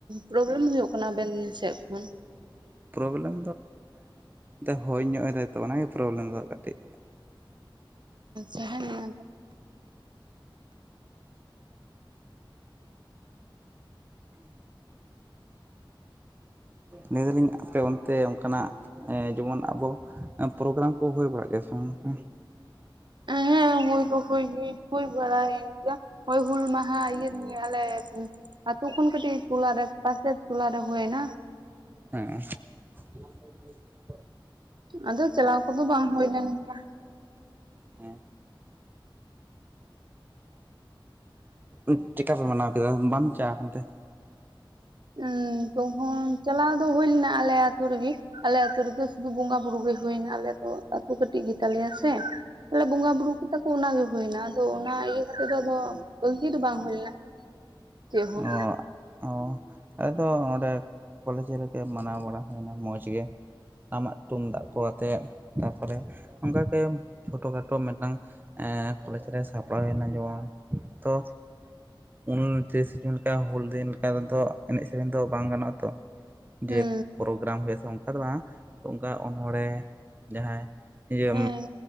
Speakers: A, on the right; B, on the right.
A: ᱯᱨᱚᱵᱞᱮᱢ ᱦᱩᱭᱩᱜ ᱠᱟᱱᱟ ᱟᱵᱮᱱ ᱥᱮᱫ ᱠᱷᱚᱱ᱾
B: ᱯᱨᱚᱵᱞᱮᱢ ᱫᱚ ᱦᱳᱭ ᱧᱚᱜ ᱮᱫᱟᱭ ᱛᱚ ᱚᱱᱟᱜᱮ ᱯᱨᱚᱵᱞᱮᱢ ᱫᱚ ᱠᱟᱹᱴᱤᱡ᱾
A: ᱦᱮᱸ <inaudible>
B: ᱞᱟᱹᱭᱫᱟᱞᱤᱧ ᱟᱯᱮ ᱚᱱᱛᱮ ᱚᱱᱠᱟᱱᱟᱜ ᱡᱮᱢᱚᱱ ᱟᱵᱚ ᱯᱨᱳᱜᱨᱟᱢ ᱠᱚ ᱦᱳᱭ ᱵᱟᱲᱟᱜ ᱜᱮᱭᱟ ᱥᱮ ᱵᱟᱝ ᱚᱱᱠᱟ
A: ᱦᱮᱸ ᱦᱩᱭ ᱫᱚ ᱦᱩᱭ ᱵᱟᱲᱟᱭᱮᱱ ᱜᱮᱭᱟ ᱦᱳᱭ ᱦᱩᱞ ᱢᱟᱦᱟ ᱤᱭᱟᱹ ᱟᱞᱮ ᱟᱛᱩ ᱠᱷᱚᱱ ᱠᱟᱴᱤᱡ ᱴᱩᱞᱟᱨᱮ ᱯᱟᱥᱮᱨ ᱴᱩᱞᱟ ᱨᱮ ᱦᱳᱭ ᱮᱱᱟ
B: ᱦᱮᱸ <inaudible>
A: ᱟᱫᱳ ᱪᱟᱞᱟᱣ ᱠᱚᱫᱚ ᱵᱟᱝ ᱦᱩᱭ ᱞᱮᱱ ᱜᱮᱭᱟ᱾
B: ᱦᱮᱸ ᱚᱸ ᱪᱮᱫ ᱠᱟ ᱯᱮ ᱢᱟᱱᱟᱣ ᱠᱮᱫᱟ ᱵᱟᱢ ᱪᱟᱣ ᱟᱠᱟᱱᱛᱮ᱾
A: ᱩᱸ ᱛᱚᱠᱷᱚᱱ ᱪᱟᱞᱟᱣ ᱫᱚ ᱦᱳᱭ ᱞᱮᱱᱟ ᱟᱞᱮ ᱟᱛᱩ ᱨᱮᱜᱮ ᱟᱞᱮ ᱟᱹᱛᱩ ᱨᱮᱫᱚ ᱥᱩᱫᱩ ᱵᱚᱸᱜᱟ ᱵᱩᱨᱩ ᱜᱮ ᱦᱩᱭᱱᱟ ᱟᱞᱮ ᱫᱚᱛ ᱠᱟᱹᱴᱤᱡ ᱜᱮᱛᱟᱞᱮᱭᱟ ᱥᱮ ᱟᱞᱮ ᱵᱚᱸᱜᱟ ᱵᱩᱨᱩ ᱠᱮᱫᱟ ᱠᱚ ᱚᱱᱟᱜᱮ ᱦᱩᱭᱱᱟ ᱟᱫᱚ ᱚᱱᱟ ᱤᱭᱟᱹ ᱠᱟᱛᱮᱜ ᱫᱚ ᱟᱫᱚ ᱵᱟᱞᱛᱤ ᱫᱚ ᱵᱟᱝ ᱦᱩᱭ ᱞᱮᱱᱟ᱾ ᱪᱮᱫ ᱦᱚᱸ
B: ᱚᱸ ᱚᱸ ᱟᱫᱚ ᱚᱸᱰᱮ ᱠᱚᱞᱮᱡᱽ ᱨᱮᱜᱮ ᱢᱟᱱᱟᱣ ᱵᱟᱲᱟ ᱦᱩᱭᱱᱟ ᱢᱚᱡᱽ ᱜᱮ ᱴᱟᱢᱟᱠ ᱛᱩᱢᱫᱟᱜ ᱠᱚ ᱟᱛᱮᱜ ᱛᱟᱯᱚᱨᱮ ᱚᱱᱠᱟᱜᱮ ᱪᱷᱳᱴᱳ ᱠᱷᱟᱴᱳ ᱢᱤᱫᱴᱟᱝ ᱠᱚᱞᱮᱡᱽ ᱨᱮ ᱥᱟᱯᱲᱟᱣᱱᱟ ᱡᱮᱢᱚᱱ ᱛᱳ ᱩᱱ ᱛᱤᱨᱤᱥ ᱡᱩᱱ ᱞᱮᱠᱟ ᱦᱩᱞ ᱫᱤᱱ ᱞᱮᱠᱟ ᱮᱱᱮᱡ ᱥᱮᱨᱮᱧ ᱫᱚ ᱵᱟᱝ ᱜᱟᱱᱚᱜᱼᱟ ᱛᱳ
A: ᱦᱩᱸ
B: ᱡᱮ ᱯᱚᱨᱚᱵᱽ ᱜᱨᱟᱢ ᱦᱩᱭᱩᱜ ᱟᱥᱮ ᱚᱱᱠᱟ ᱫᱚ ᱵᱟᱝ ᱚᱱᱠᱟ ᱚᱱᱚᱲᱦᱮᱸ ᱡᱟᱦᱟᱸᱭ ᱤᱭᱟᱹ
A: ᱦᱮᱸ